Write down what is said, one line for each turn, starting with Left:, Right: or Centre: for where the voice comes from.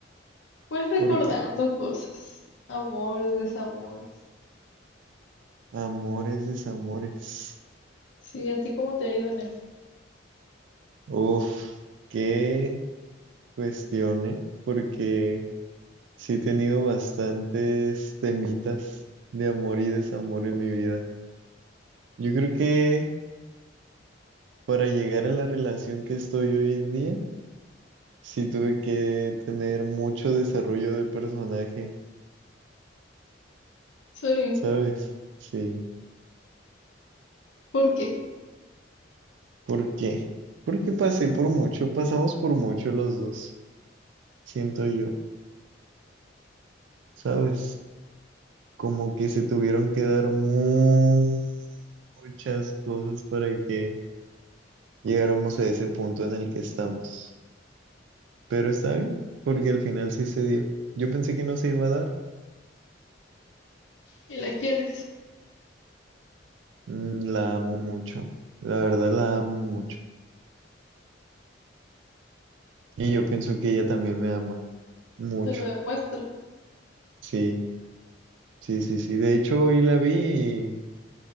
Left: pues recordando
Right: Porque
Left: cosas, amores, desamores.
Right: amores, desamores.
Left: Sí, ¿a ti cómo te ha ido en eso?
Right: Uf, qué cuestión, ¿eh? Porque sí he tenido bastantes temitas de amor y desamor en mi vida. Yo creo que para llegar a la relación que estoy hoy en día, sí tuve que tener mucho desarrollo de personaje.
Left: Sí,
Right: ¿sabes? Sí.
Left: ¿por qué?
Right: ¿Por qué? Porque pasé por mucho, pasamos por mucho los dos, siento yo, ¿sabes? Como que se tuvieron que dar mu- muchas cosas para que llegáramos a ese punto en el que estamos. Pero está bien, porque al final sí se dio. Yo pensé que no se iba a dar.
Left: ¿Y la quieres?
Right: Mm, La amo mucho, la verdad la amo mucho. Y yo pienso que ella también me ama mucho.
Left: Te lo demuestra.
Right: Sí, sí, sí, sí. De hecho, hoy la vi